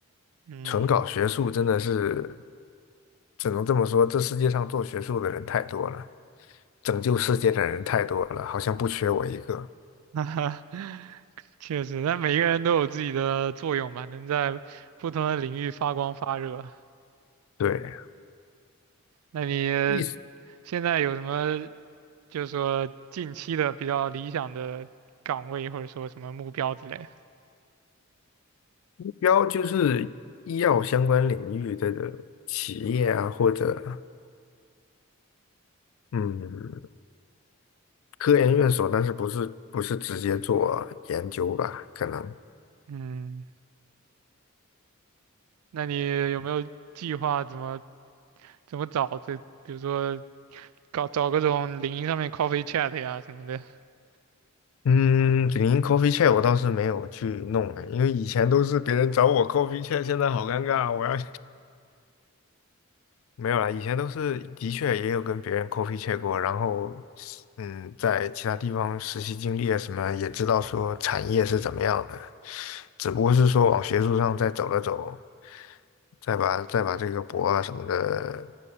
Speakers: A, on the right; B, on the left.
A: 嗯，
B: 纯搞学术真的是，只能这么说，这世界上做学术的人太多了，拯救世界的人太多了，好像不缺我一个。
A: <laughs> 确实，那每个人都有自己的作用吧，能在不同的领域发光发热。
B: 对，
A: 那你
B: 一
A: 现在有什么？就是说近期的比较理想的岗位或者说什么目标之类的。
B: 目标就是医药相关领域的企业啊，或者嗯科研院所，但是不是不是直接做研究吧？可能。
A: 嗯，那你有没有计划怎么怎么找这？比如说搞找各种领英上面 coffee chat 呀什么的。<laughs>
B: 嗯，领英 coffee chat 我倒是没有去弄哎，因为以前都是别人找我 coffee chat，现在好尴尬，我要 <laughs> 没有啦，以前都是的确也有跟别人 coffee chat 过，然后嗯，在其他地方实习经历啊什么，也知道说产业是怎么样的，只不过是说往学术上再走了走，再把再把这个博啊什么的